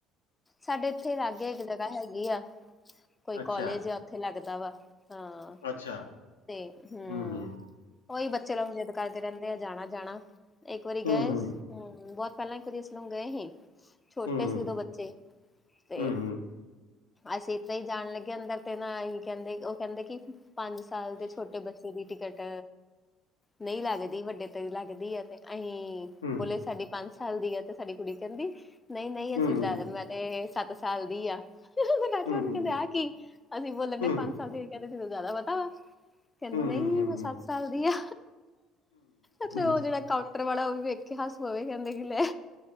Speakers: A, on the left; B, on the left.
A: ਸਾਡੇ ਇੱਥੇ ਲਾਗੇ ਇੱਕ ਜਗ੍ਹਾ ਹੈਗੀ ਆ, ਕੋਈ
B: ਅੱਛਾ,
A: ਕੋਲੇਜ ਆ ਲੱਗਦਾ ਵਾ ਹਾਂ
B: ਅੱਛਾ
A: ਤੇ ਹੂੰ
B: ਹੂੰ-ਹੂੰ,
A: ਉਈ ਬੱਚੇ ਜਿੱਦ ਕਰਦੇ ਰਹਿੰਦੇ ਆ ਜਾਣਾ-ਜਾਣਾ, ਇੱਕ ਵਾਰੀ
B: ਹੂੰ-ਹੂੰ,
A: ਗਏ ਹੂਅ, ਬਹੁਤ ਪਹਿਲਾਂ ਇਕ ਵਾਰੀ ਅਸੀਂ ਗਏ ਸੀ ਛੋਟੇ
B: ਹੂੰ-ਹੂੰ,
A: ਸੀ ਉਦੋ ਬੱਚੇ, ਤੇ
B: ਹੂੰ-ਹੂੰ,
A: ਅਸੀਂ ਇਦਾ ਈ ਜਾਣ ਲੱਗੇ ਅੰਦਰ ਤੇ ਨਾ ਹੀ ਕਹਿੰਦੇ, ਉਹ ਕਹਿੰਦੇ ਕਿ ਪੰਜ ਸਾਲ ਦੇ ਛੋਟੇ ਬੱਚੇ ਦੀ ਟਿਕਟ ਨਹੀਂ ਲੱਗਦੀ ਵੱਡੇ ਤੇਰੀ ਲੱਗਦੀ ਏ, ਤੇ ਅਸੀਂ
B: ਹੂੰ,
A: ਬੋਲੇ ਸਾਡੀ ਪੰਜ ਸਾਲ ਦੀ ਆ, ਤੇ ਸਾਡੀ ਕੁੜੀ ਕਹਿੰਦੀ ਨਹੀਂ-ਨਹੀਂ
B: ਹੂੰ-ਹੂੰ,
A: ਅਸੀਂ ਮੈਂ ਤੇ ਸੱਤ ਸਾਲ ਦੀ ਆ ਕਹਿੰਦੇ
B: ਹੂੰ-ਹੂੰ, ਹੂੰ,
A: ਆ ਕੀ, ਅਸੀਂ ਬੋਲੇ
B: ਹੂੰ-ਹੂੰ,
A: ਪੰਜ ਸਾਲ ਦੀ, ਕਹਿੰਦੇ ਤਾਨੂੰ ਜ਼ਿਆਦਾ ਪਤਾ ਵਾ ਕਹਿੰਦੀ
B: ਹੂੰ,
A: ਨਹੀਂ ਮੈਂ
B: ਹੂੰ,
A: ਸੱਤ ਸਾਲ ਦੀ ਆ, ੳਥੇ ਉਹ
B: ਹੂੰ।
A: ਜਿਹੜਾ ਕ ਕਾਉਟਰ ਵਾਲਾ ਉਹ ਵੀ ਵੇਖ ਕੇ ਹੱਸ ਪਵੇ, ਕਹਿੰਦੇ ਕਿ ਲੈ